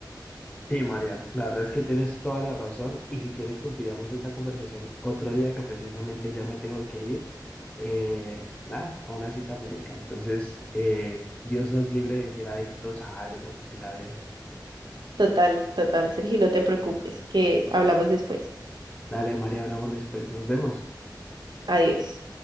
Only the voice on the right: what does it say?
Total, total, Sergio, no te preocupes, que hablamos después.
Adiós.